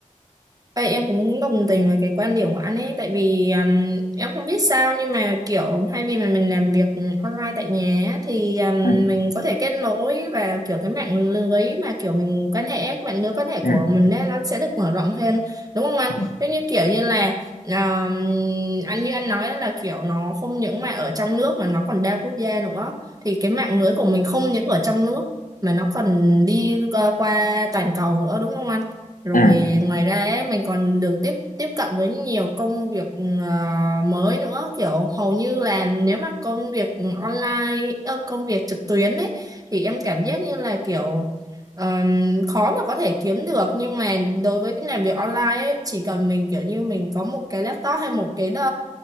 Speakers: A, on the right (about 25°); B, on the left (about 85°).
A: Vậy em cũng đồng tình với cái quan điểm của anh ấy tại vì um, em không biết sao nhưng mà kiểu thay vì mà mình làm việc online tại nhà á, thì um,
B: ừ,
A: mình có thể kết nối và kiểu cái mạng lưới mà kiểu mình quan hệ mạng lưới quan hệ
B: ừ,
A: của mình đấy nó sẽ được mở rộng hơn đúng không anh?
B: ừ,
A: Giống như kiểu như là um, anh như anh nói đó là kiểu nó không những mà ở trong nước mà nó còn đa quốc gia nữa thì cái mạng lưới của mình không những ở trong nước mà nó còn đi qua, qua toàn cầu nữa đúng không anh? Rồi
B: ừ.
A: ngoài ra ấy, mình còn được tiếp tiếp cận với nhiều công việc à, mới nữa kiểu hầu như là nếu mà công việc online ơ, công việc trực tuyến ấy thì em cảm giác như là kiểu ờm, khó mà có thể kiếm được nhưng mà đối với cái làm việc online ấy chỉ cần mình kiểu như mình có một cái laptop hay một cái đơ,